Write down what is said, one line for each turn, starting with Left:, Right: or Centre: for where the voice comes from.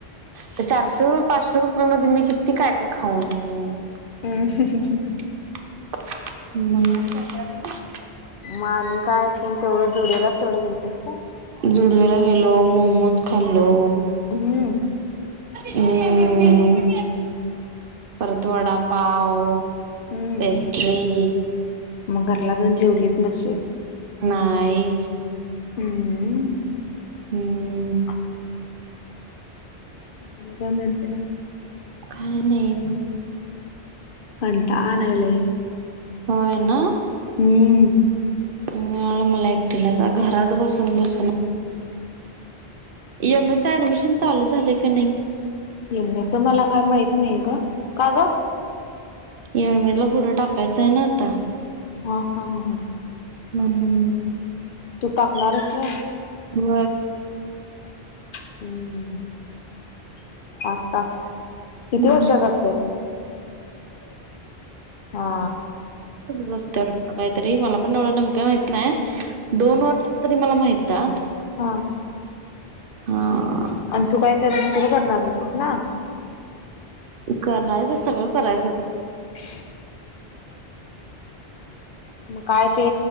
Right: त्या चारशे रु पाचशे रुपये मध्ये मी किती काय-काय खाऊन ईन.
Left: <unintelligible>
Right: हम्म.
Left: म आणि काय फुल तेवढं जुडिओलाच तेवढं गेलतीस काय?
Right: जुडिओला गेलो, मोमोज खाल्लो.
Left: हम्म.
Right: हम्म, परत वडापाव
Left: हम्म
Right: पेस्ट्री.
Left: मग घरला जाऊन जेवलीच नचशील?
Right: नाही.
Left: हम्म हम्म.
Right: हम्म.
Left: <unintelligible> म्ह का मते
Right: काय नाही.
Left: कणता आलेले.
Right: होय ना.
Left: हम्
Right: ह आला मला एकटीलाच घरात बसून बसून. इमएच ऍडमिशन चालू झालंय का नाही.
Left: एम ए च मला काय माहित नाही ग का ग.
Right: ए एम ए ला फोटो टाकायचं आहे ना आता
Left: हा हा हा हा
Right: म्हणून
Left: तू टाकणारस व
Right: हो
Left: हम्म आगता
Right: हम्म
Left: किती वर्षाच असते हा.
Right: रस्ते वाटत काहीतरी मला पण एवढं नेमकं माहित नाही दोन वर्ष तरी मला माहात
Left: हां
Right: ह
Left: आणि तू काय तर दुसरं करणार होतीस ना.
Right: करायचंच सगळं करायचंच.
Left: ह मग काय ते